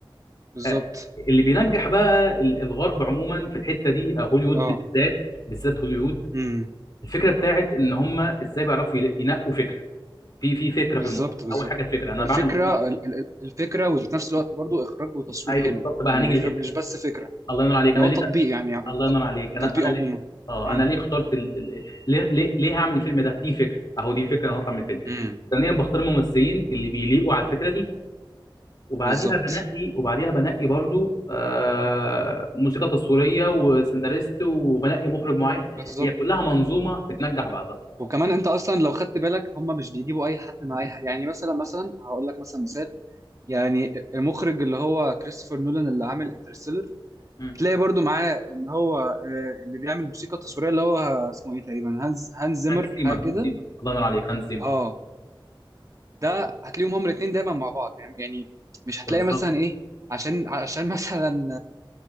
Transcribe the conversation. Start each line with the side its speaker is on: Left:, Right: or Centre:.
Right: بالظبط
Left: آه، اللي بينجح بقى ال- الغرب عموما في الحته دي آه، هوليوود
Right: اه
Left: بالذات بالذات هوليوود
Right: امم
Left: الفكره بتاعت ان هم ازاي بيعرفوا يلا- ينقوا فكره في في فكره في
Right: بالظبط
Left: الموضوع
Right: بالظبط
Left: اول حاجه الفكره انا
Right: الفكره
Left: بعمل الفيلم ده ليه؟
Right: ال- ال- الفكره وفي نفس الوقت برضو اخراج وتصوير
Left: ايوه
Right: حلو
Left: بالظبط بقى
Right: يعني
Left: هنيجي
Right: مش
Left: للحته
Right: مش
Left: دي
Right: بس فكره
Left: الله ينور عليك
Right: اللي
Left: انا
Right: هو
Left: ليه
Right: التطبيق يعني يعني
Left: الله
Right: الت-
Left: ينور عليك انا
Right: التطبيق
Left: انا ليه
Right: عموما
Left: اه
Right: امم
Left: انا ليه اخترت ال... ال- ليه ليه ليه هعمل الفيلم ده دي فكره اهو دي فكره انا هطلع من الفيلم
Right: امم
Left: ثانيا بختار الممثلين اللي بيليقوا على الفكره دي وبعديها
Right: بالظبط
Left: بنقي وبعديها بنقي برضو آه موسيقى تصويريه وسيناريست وبنقي مخرج معين
Right: بالظبط
Left: هي كلها منظومه بتنجح بعضها
Right: وكمان انت اصلا لو خدت بالك هم مش بيجيبوا اي حد مع اي حد يعني مثلا مثلا هقول لك مثلا مثال يعني المخرج اللي هو كريستوفر نولان اللي عامل انترستيلر
Left: مم.
Right: تلاقي برضو معاه اللي هو آه، اللي بيعمل موسيقى تصويريه اللي هو اسمه ايه تقريبا هانز هانز زيمر
Left: هانز
Right: حاجه
Left: زيمر
Right: كده
Left: هانز زيمر الله ينور عليك هانز زيمر
Right: اه ده هتلاقيهم هما الاثنين دايما مع بعض يعني يعني مش هتلاقي
Left: بالظبط
Right: مثلا ايه عشان عشان <laughs> مثلا